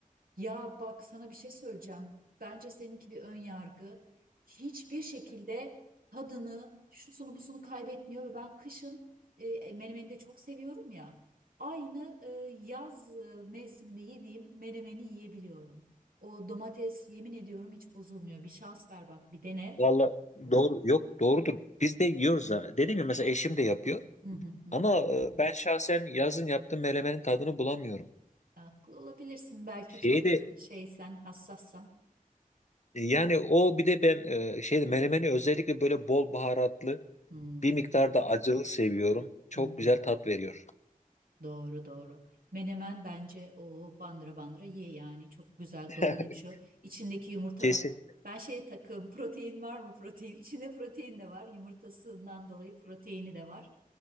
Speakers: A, on the right (about 85°); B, on the left (about 55°).
A: Ya bak sana bir şey söyleyeceğim. Bence seninki bir ön yargı. Hiçbir şekilde tadını, şusunu busunu kaybetmiyor ve ben kışın e, e, menemeni de çok seviyorum ya. Aynı e, yaz e, mevsiminde yediğim menemeni yiyebiliyorum. O domates yemin ediyorum hiç bozulmuyor. Bir şans ver bak bir dene.
B: Valla doğru yok doğrudur. Biz de yiyoruz ha. Dedim ya mesela eşim de yapıyor.
A: Hı hı hı. hı.
B: Ama e, ben şahsen yazın yaptığım menemenin tadını bulamıyorum.
A: Haklı olabilirsin belki
B: Şeyi
A: çok
B: de
A: e, şeysen, hassassan.
B: yani o bir de ben e, şeyde menemeni özellikle böyle bol baharatlı
A: Hı
B: bir miktar da acılı seviyorum. Çok
A: hı. hı.
B: güzel tat veriyor.
A: Doğru doğru. Menemen bence o bandıra bandıra ye yani çok güzel
B: <laughs>
A: doyurucu. İçindeki yumurtadan
B: Kesin.
A: ben şeye takım protein var mı protein? İçinde protein de var yumurtasından dolayı proteini de var.